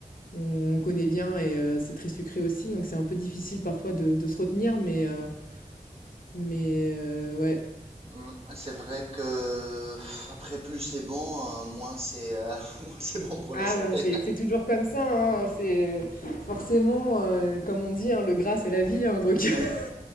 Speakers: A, on the left; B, on the right.
A: on, on connaît bien et euh, c'est très sucré aussi, donc c'est un peu difficile parfois de, de se retenir, mais euh, mais euh, ouais.
B: Mm, C'est vrai que pff, après plus c'est bon, euh, moins c'est euh, <laughs> moins c'est bon pour la
A: Ah
B: santé.
A: bah c'est c'est toujours comme ça, hein, c'est, heu, forcément, heu, comme on dit, hein, le gras c'est la vie, hein, donc
B: Oui,
A: <laughs>